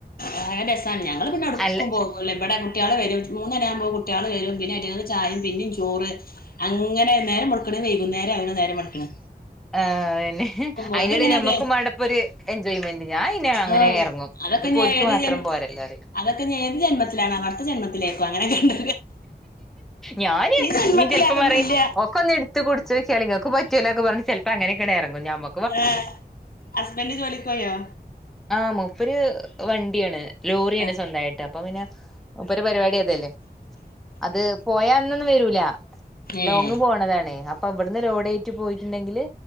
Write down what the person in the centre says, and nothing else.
അല്ല
ആഹ് പിന്നെ
അയിന്റെ
ടെല്ഞമ്മക്കും
മാണ്ടെപ്പൊരു എൻജോയ്മെന്റ് ഞാൻ അയ്ന് അങ്ങനെ
ഇറങ്ങും
ഇത് ഇപ്പം
ഓൽക്ക്
മാത്രം
പോരല്ലേ പറയ്
ഞാന്
നീ ചിലപ്പോ
പറയും
ഒക്കെ ഒന്ന് എടുത്ത് ഇത്ത് കുടിച്ച്ക്കാളി ഇങ്ങക്കും പറ്റൂലൊക്കെ പറഞ്ഞ് ചിലപ്പോ അങ്ങനെക്ക ഇറങ്ങും ഞമ്മ
ആഹ് മുപ്പര് വണ്ടിയാണ് ലോറിയാണ്
സ്വന്തമായിട്ട് അപ്പൊ പിന്നെ മൂപ്പരെ പരിപാടി അതല്ലേ അത് പോയാ എന്നൊന്നും വരൂല
ലോങ്ങ് പോണതാണേ അപ്പ ഇവടന്ന് ലോഡേറ്റി പോയിട്ടുണ്ടെങ്കില്